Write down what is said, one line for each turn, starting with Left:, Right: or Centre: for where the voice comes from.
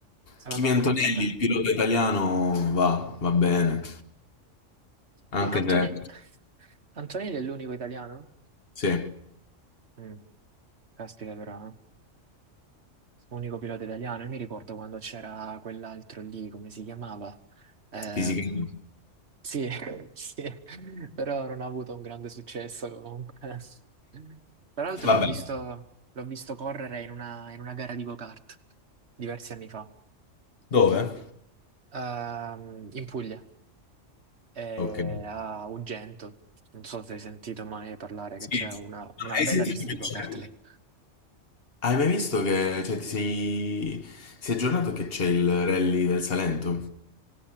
Right: stanno
Left: Kimi
Right: andando
Left: Antonelli,
Right: molto bene.
Left: il pilota italiano, va, va bene. Anche
Right: Ma Antone...
Left: se,
Right: Antonelli è l'unico italiano?
Left: sì,
Right: Mm, caspita però, eh. unico pilota italiano. Io mi ricordo quando c'era quell'altro lì, come si chiamava? Ehm,
Left: fisicamente.
Right: sì, <laughs> sì, però non ha avuto un grande successo comunque. Tra l'altro
Left: Va
Right: l'ho
Left: bene.
Right: visto, l'ho visto correre in una, in una gara di go-kart diversi anni fa,
Left: Dove?
Right: Ehm, in Puglia, eh,
Left: Ok.
Right: a Ugento. Non so se hai sentito mai parlare che
Left: Sì.
Right: c'è una, una
Left: Hai
Right: bella
Left: sentito
Right: pista
Left: che
Right: di go-kart
Left: c'è?
Right: lì.
Left: Hai mai visto che, cioè, ti sei, si è aggiornato che c'è il rally del Salento?